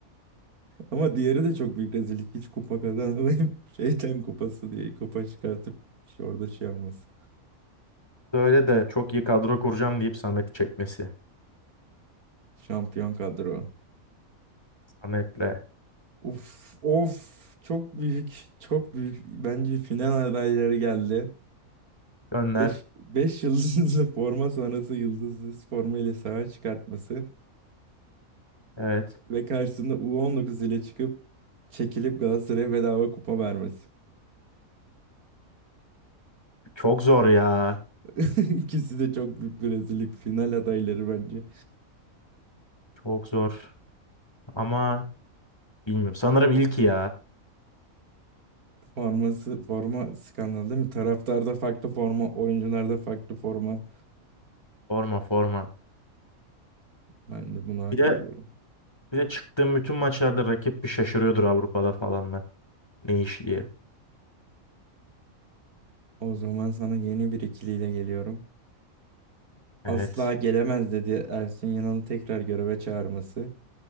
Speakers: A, on the right; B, on the left.
A: Ama diğeri de çok büyük rezillik. Hiç kupa kazanamayıp <laughs> şeytan kupası diye kupa çıkartıp işte orada şey olması.
B: Böyle de çok iyi kadro kuracağım deyip Samet'i çekmesi.
A: Şampiyon kadro.
B: Samet'le.
A: Uf of çok büyük çok büyük. Bence final adayları geldi.
B: Gönder.
A: beş beş yıldızlı <laughs> forma sonrası yıldızsız forma ile sahaya çıkartması
B: Evet.
A: ve karşısında U19 ile çıkıp çekilip Galatasaray'a bedava kupa vermesi.
B: Çok zor ya.
A: <laughs> İkisi de çok büyük bir rezillik. Final adayları bence.
B: Çok zor. Ama bilmiyorum. Sanırım ilki ya.
A: Forması, forma skandalı değil mi? Taraftarda farklı forma, oyuncularda farklı forma.
B: Forma forma.
A: Ben de buna hak
B: Bir de
A: veriyorum.
B: Bir de çıktığım bütün maçlarda rakip bir şaşırıyordur Avrupa'da falan da. Ne iş diye.
A: O zaman sana yeni bir ikiliyle geliyorum. Asla
B: Evet.
A: gelemez dedi Ersun Yanal'ı tekrar göreve çağırması.